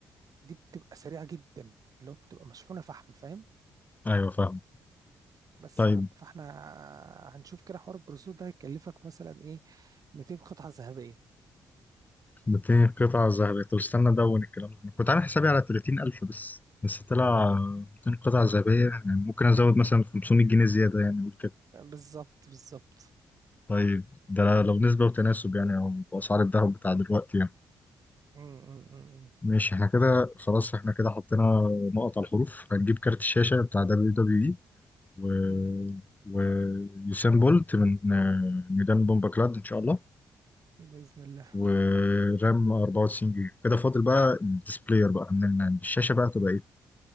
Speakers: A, on the right; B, on the left.
A: دي بتبقى سريعه جدا اللي هو بتبقى مشحونه فحم فاهم
B: أيوه فاهم
A: بس
B: طيب
A: يا عم فاحنا هنشوف كده حوار البروسيسور ده هيكلفك مثلا ايه 200 قطعه ذهبيه
B: 200 قطعة ذهبية طب استنى أدون الكلام ده أنا كنت عامل حسابي على 30000 بس بس طلع 200 قطعة ذهبية يعني ممكن أزود مثلا 500 جنيه زيادة يعني أقول كده
A: بالظبط بالظبط
B: طيب ده لو نسبة وتناسب يعني أو بأسعار الذهب بتاع دلوقتي يعني
A: م- م- م-
B: ماشي احنا كده خلاص احنا كده حطينا نقط على الحروف هنجيب كارت الشاشة بتاع دبليو دبليو إي و
A: م- م.
B: ويوسين بولت من آه، ميدان بومباكلاد إن شاء الله
A: باذن الله
B: ورام 94 جيجا كده فاضل بقى الديسبلاير بقى إن إن الشاشة بقى تبقى